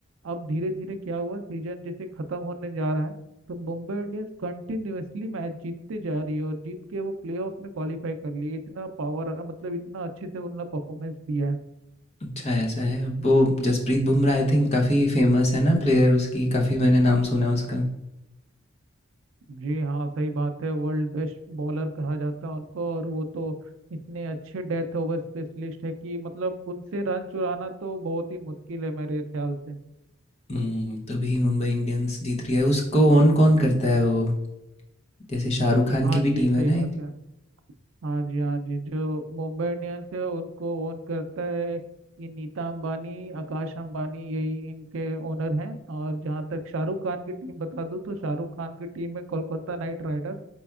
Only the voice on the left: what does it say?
अच्छा ऐसा है वो जसप्रीत बुमराह आई थिंक काफ़ी फेमस है ना प्लेयर उसकी काफ़ी मैंने नाम सुना है उसका
हम्म, तभी मुंबई इंडियंस जीत रही है उसको ओन कौन करता है वो जैसे शाहरुख खान
की भी
टीम
है ना
एक